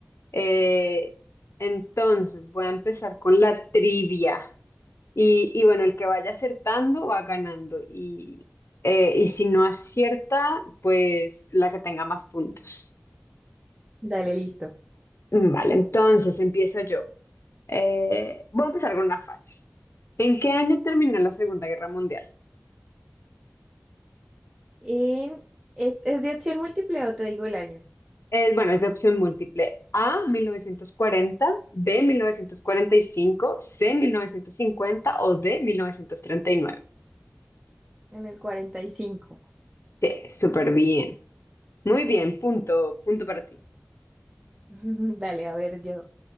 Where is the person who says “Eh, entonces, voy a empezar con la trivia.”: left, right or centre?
Left